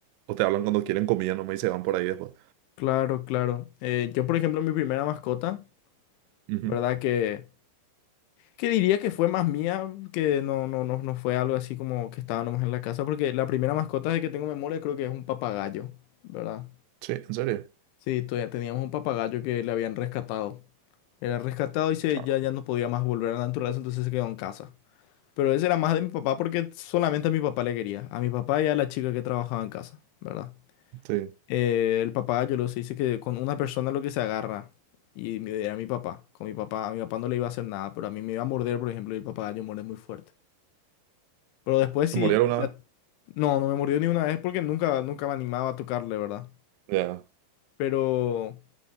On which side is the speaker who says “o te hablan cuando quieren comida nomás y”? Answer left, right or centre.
Right